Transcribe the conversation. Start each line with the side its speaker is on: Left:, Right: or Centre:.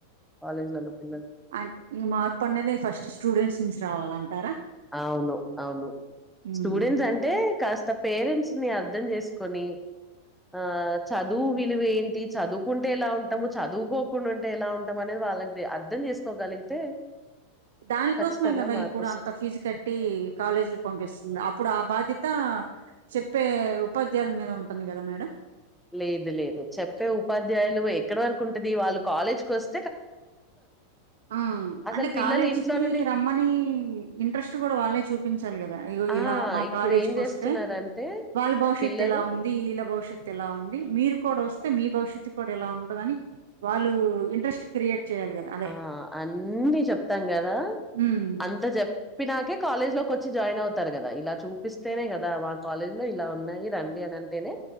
Centre: కాలేజ్లలో పిల్లలు
Right: అట్ ఇ మా ఇప్పుడునేద ఫస్ట్ స్టూడెంట్స్ నుంచి రావాలంటారా
Centre: అవును అవును
Right: ఉమ్
Centre: స్టూడెంట్స్ అంటే కాస్ పేరెంట్స్ని అర్థం చేసుకొని ఆ చదు దు విలువ ఏంటి చదువుకుంటే ఎలా ఉంటాము చదువుకో కున్టుంటే ఎలా ఉంటాం అనీ వాళ్ళకి అది అర్ధం చేసుకోగలిగితే
Right: దానికోసమే
Centre: ఖచ్చితంగా
Right: కదా
Centre: మార్పొస్తుంది.
Right: ఇప్పుడు అంత ఫిజ్ కట్టి కాలేజీలు పంపిస్తుంది అప్పుడు ఆ బాధ్యత చెప్పే ఉపాధ్యాయుల మీద ఉంటుంది కద మేడం
Centre: లేదు లేదు చెప్పే ఉపాధ్యాయులు ఎక్కడ వరకు ఉంటది వాళ్ళు కాలేజ్కి వస్
Right: ఆ
Centre: అసలు
Right: అంటే
Centre: పిల్లలు
Right: కాలేజ్కి
Centre: ఇంట్లో నుండి
Right: రమ్మని ఇంట్రెస్ట్ గూడా వాళ్ళే చూపించాలి కదా ఇగో
Centre: ఆ!
Right: ఇలా మా
Centre: ఇప్పుడు
Right: కాలేజీకి
Centre: ఏం చేస్తున్నారంటే
Right: వస్తే వాళ్ళ భవిష్యత్తు
Centre: పిల్లలు
Right: ఇలా ఉంది ఇళ్ళ భవిష్యత్ ఇలా ఉంది మీర్ కుడా వస్తే మీ భవిష్యత్తు కూడా ఇలా ఉండదని వాళ్ళు ఇంట్రెస్ట్ క్రియేట్ చేయాలి కదా అదే
Centre: ఆ అన్నీ చెప్తాం కదా
Right: ఉమ్
Centre: అంత చెప్పినాకే కాలేజ్లోకి వచ్చి జాయిన్ అవ్ తరు కదా ఇలా చూపిస్తేనే కదా మా కాలేజ్ లో ఇలా ఉన్నాయి రండి అని అంటేనే